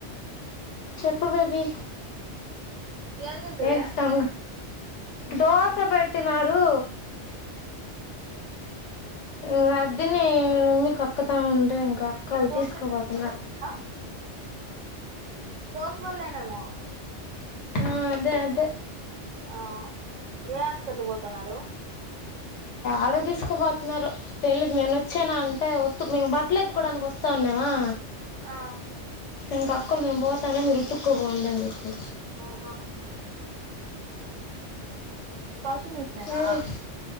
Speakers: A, on the left (about 80°); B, on the right (about 85°).
A: చెప్పు బేబీ
B: ఏం తింటివి
A: ఏంటి సంగ దోశ పెట్టినారు ఇం అద్దని నమ్మి కక్కతా ఉంటే అక్కలు
B: దోశ
A: తీసుకోపోతున్నా
B: తిన్నాము కదా. దోస వళ్ళనేమో
A: ఆ అదే అదే
B: ఆ ఏ హాస్పిటల్ పోతున్నారు
A: అడగు తీసుకుపోతున్నారు తెలిదు నేను వచ్చానా అంటే ఒత్ మేము బట్టలు ఎత్తుకోవడానికి వస్ తన్నవా
B: ఆ
A: ఇంకా అక్క మేము పోతానే మీరు ఉతుక్కో పోండి అని చెప్పి
B: ఆహా వాషింగ్ మిషనేనా
A: ఏమి